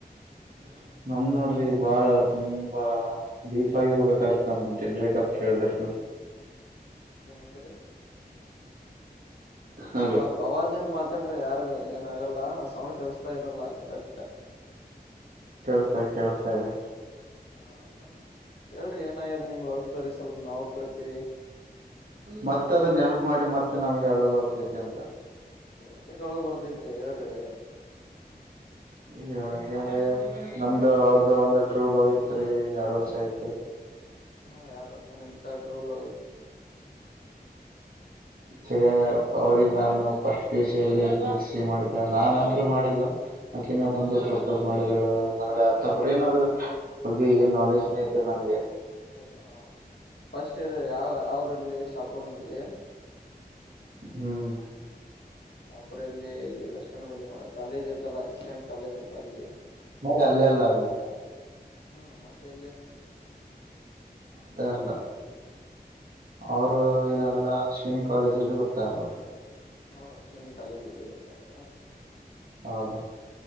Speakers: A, on the right; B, on the left.
A: ಹ್ಮ ನಮ್ದ ನೋಡ್ರಿ ಬಾಳ ತುಂಬಾ ಡೀಪ್ ಆಗಿ ಹೋಗ್ಬೇಕಾಗತ್ ನಮ್ದು ಬ್ರೇಕಪ್ ಕೇಳಿದ್ರ ನೀವು <inaudible>
B: ಏನಂದ್ರಿ
A: ಹಲೋ
B: ಸ್ವಲ ಅವಾಜಿಂದ ಮಾತಾಡ್ರಿ ಯಾರ ಏನ ಆಗಲ್ಲ ಸೌಂಡ್ ಕೆಲ್ಸತಾ ಇದಲ್ಲ ಕರೆಕ್ಟ್
A: ಕೇಳ್ತಾ ಕೇಳ್ತಾ ಇದೆ
B: ಹಾ ಹ ಹೇಳ್ರಿ ಏನಾಗ್ಯಾದ ನಿಮ್ ಲವ್ ಸ್ಟೋರಿ ಸ್ವಲ್ಪ ನಾವು ಕಳ್ತೀವಿ
A: ಮತ್ತ ಅದನ್ನ ನೆನಪು ಮಾಡಿ ಮತ್ತೆ ನಮಗೆ ಅಳು ಬರ್ತೈತಿ ಅಂತ
B: ಯದಕ್ಕ ಅಳು ಬರ್ತೈತ್ರಿ ಹೇಳ್ರಿ
A: ಹೇಲಾಕೆದ್ರಿ ನಮ್ದ ಅವ್ರದು ಒಂದ ಟ್ರೂ ಲವ್ ಇತ್ರಿ ಎರಡು ವರ್ಷ ಆಯ್ತು
B: ಹಾ ಎರಡ್ ವರ್ಷನಿಂದ ಟ್ರೂ ಲವ್
A: ಸಗ ಅವ್ರಿಗೆ ನಾನು ಫಸ್ಟ್ ಪುಸಿಯಲ್ಲಿ ಪ್ರೀತಿಸಿ ಮಾಡಿದ್ದೆ ನಾನಂತರು ಮಾಡಿಲ್ಲ ಆಕಿನ ಬಂದು ಪ್ರಪೋಸ್ ಮಾಡಿದಳ ನನ್ಗ ಅಂತಪ್ರ ಏನಾದ್ರರು ಬಗ್ಗೆ ಏನ್ ನಾಲೆಜ್ನ ಇದ್ದೀರಿ ನನ್ಗೆ
B: ಹೌದಾ ಫಸ್ಟ್ ಇರ್ ಯಾವ ಯಾವರಲ್ಲಿ ಸಪೂರ್ನಲ್ಲಿ
A: ಹ್ಮ್
B: ಶಾಪುರಲ್ಲಿ ಇಲ್ಲಿ ವೆಸ್ಟಂಡ ಬಲ್ಲಿ ಕಾಲೇಜ್ ಐ್ತಲ್ಲಾ ಎಕ್ಸಲೆಂಟ್ ಕಾಲೇಜ್ ಅಂತ ಅಲ್ಲಿ
A: ಹ ಅಲ್ಲೇ ಅಲ್ಲ ಅಲ್ಲೇ
B: ಹ್ಮ ಮತ್ತೆ ಅಲ್ಲಿ
A: ಇದ ಅಲ್ಲ ಅವರು
B: ಮತ್
A: ಏನದಲ್ಲ ಶವಿನಿ ಕಾಲೇಜಲ್ಲಿ ಉತ್ತಾರರ್
B: ಅವ್ರು ಅಶ್ವಿನಿ ಕಾಲೇಜ್ಲ್ಲಿ ಇರ್ತಾರೆ
A: ಹೌದ್ರ